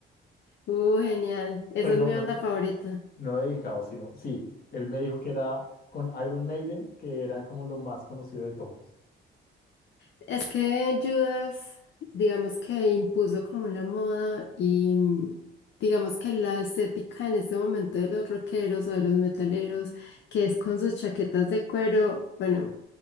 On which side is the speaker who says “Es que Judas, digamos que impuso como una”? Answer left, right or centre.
Left